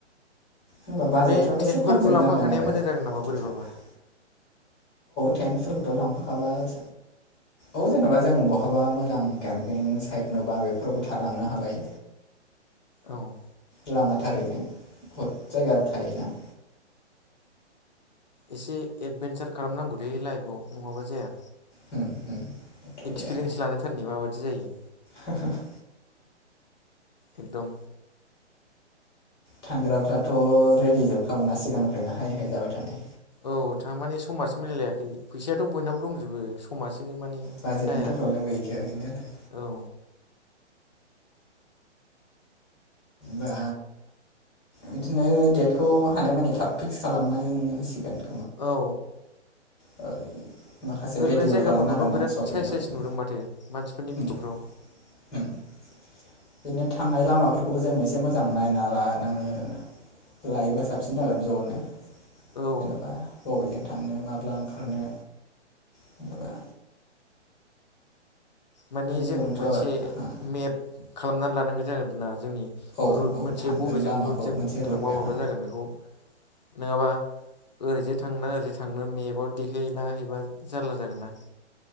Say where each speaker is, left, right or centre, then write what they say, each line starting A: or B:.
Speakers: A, on the left (about 20°); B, on the left (about 40°).
A: हबा बाजेटफ्राबो
B: बे टेन्टफोरखौ
A: एसे खमजों
B: लांफाखानाया
A: जागोन आरो
B: मोजां
A: बिदि
B: जागोन नामा बोरैबाबा
A: थाबा। थेंसफोरखौथ' लांफाखाबाय औ जेन'बा जों बहाबा मोजां केम्पिं साइट नुबा बेफोरावबो थालांनो हाबाय
B: औ।
A: लामाथारैनो बहुद जायगा थायोना
B: एसे एदभेनसार खालामनांगौलै लाइफआव नङाबा जाया।
A: बेथ'
B: एक्सपिरियेन्स
A: बे आरो
B: लानायथारनि माबायदि जायो।
A: <unintelligible>
B: एकदम
A: थांग्राफ्राथ' रेडि जोबखामोनना सिगांनिफ्रायनो हाय हाय जाबाय थानाय।
B: औ थारमाने समासो मिलायलायाखै फैसायाथ' बयनाव दंजोबो खमासो मानि
A: बाजेटनिथ'
B: जाया
A: प्रब्लेम गैखाया गैनायालाय
B: औ
A: दा बिदिनो डेटखौ हानायमानि थाब फिक्स खालामना होसिगोन
B: औ
A: <unintelligible> माखासे
B: ओरैनो
A: रेडिबो
B: जायगाफोरखौथ'
A: खालामनांगोन
B: बिराद
A: ना सपिं
B: साइस
A: टपिं
B: साइस नुदों माथो मानसिफोरनि भिडिअफ्राव
A: <inaudible> बिदिनो थांनाय लामाफोरखौबो जोंङो‌ एसे मोजां नायना लानाङो लायोबा साबसिन जागोन ज'नो
B: औ
A: जेनेबा बबेजों थांनो माब्ला ओंखारनो जेनेबा
B: माने जों
A: जोंथ'
B: मोनसे मेप खालामनानै लानांगौ जागोन आरोना जोंनि
A: औ
B: रुट
A: औ
B: मोनसे
A: थांगोन
B: बबेजों
A: लामाखौ
B: रुटजों
A: मोनसे रुट
B: थांबा
A: बे
B: माबा
A: हा
B: जागोन बेखौ नङाबा ओरैजे थांना ओरैजे थांनो मेपआव देखायहला एबा जारला जागोन ना